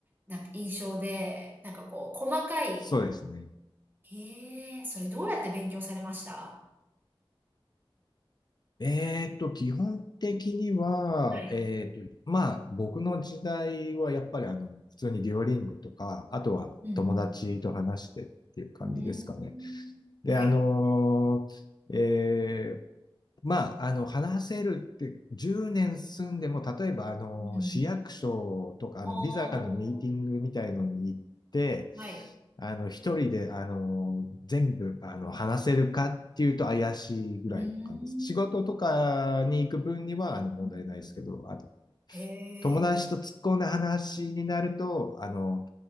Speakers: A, on the right; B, on the left.
A: なんか印象で、なんかこう、細かい、
B: そうですね。
A: なえそれどうやって勉強されました
B: えーっと、基本的には、
A: はい。
B: えーっと、まあ、僕の時代はやっぱりあの、普通にデュオリンゴとか、あとは友達と話してっていう感じですかね。
A: うんうん。うーん。
B: で、
A: はい。
B: あのーえーまあ、あの、話せるって、10年住んでも、例えば、あの、
A: うん。
B: 市役所とか、あの、
A: おー。
B: ビザのミーティングみたいのに行って、
A: はい。
B: あの、一人で、あの、全部、あの、話せるかっていうと怪しいぐらいの感じです。
A: うーん。
B: 仕事とかに行く分には、あの、問題ないですけど、
A: うんうん
B: あと、
A: へえ。
B: 友達と突っ込んだ話になると、あの、